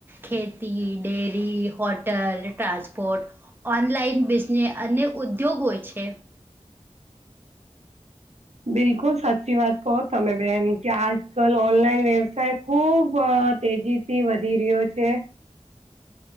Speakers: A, on the right; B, on the right.
A: ખેતી dairy hotel transport online business અને ઉદ્યોગો છે.
B: બિલકુલ સાચી વાત કહો તમે બેન કે આજકાલ ઓનલાઈન વ્યવસાય ખુબ તેજી થી વધી રહ્યો છે.